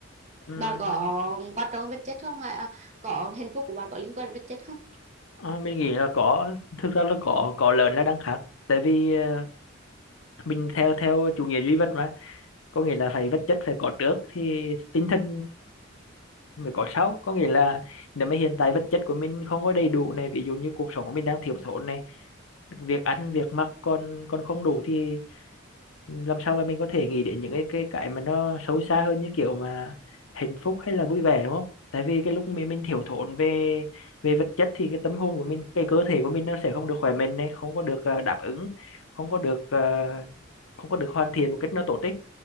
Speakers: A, on the left; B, on the right.
A: Ừm,
B: bạn có quan trọng đến vật chất không hay à, có hạnh phúc của bạn có liên quan đến vật chất không
A: à, mình nghĩ là có thực ra là có có lớn là đang khác tại vì ờ, mình theo theo chủ nghĩa duy vật mà có nghĩa là phải vật chất phải có trước thì tinh thần mới có sau có nghĩa là nếu mà hiện tại vật chất của mình không có đầy đủ này ví dụ như cuộc sống của mình đang thiếu thốn này việc ăn việc mặc còn còn không đủ thì làm sao mà mình có thể nghĩ đến những cái cái cái mà nó sâu xa hơn như kiểu mà hạnh phúc hay là vui vẻ đúng không tại vì cái lúc mình mình thiếu thốn về về vật chất thì cái tâm hồn của mình cái cơ thể của mình nó sẽ không được khỏe mạnh này không có được ờ, đáp ứng không có được ờ, không có được hoàn thiện một cách nó tốt đấy